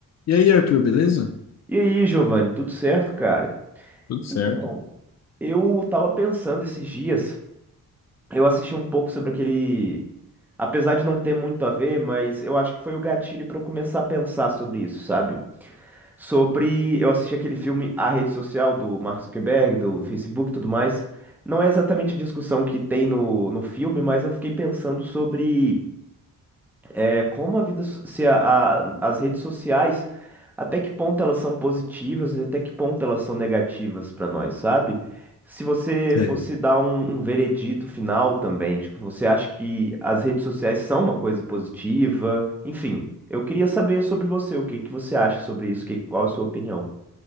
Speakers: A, on the left; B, in the centre.
A: E aí, Arthur, beleza?
B: E aí, Giovanni, tudo certo, cara?
A: Tudo certo.
B: Então, eu tava pensando esses dias, eu assisti um pouco sobre aquele. Apesar de não ter muito a ver, mas eu acho que foi o gatilho pra eu começar a pensar sobre isso, sabe? Sobre. Eu assisti aquele filme A Rede Social do Mark Zuckerberg, do Facebook e tudo mais. Não é exatamente a discussão que tem no, no filme, mas eu fiquei pensando sobre. é, como a vida, so- se a- a- as redes sociais, até que ponto elas são positivas e até que ponto elas são negativas para nós, sabe? Se você
A: Sei.
B: fosse dar um, um veredito final também, tipo, você acha que as redes sociais são uma coisa positiva? Enfim, eu queria saber sobre você, o que que você acha sobre isso, que, qual a sua opinião?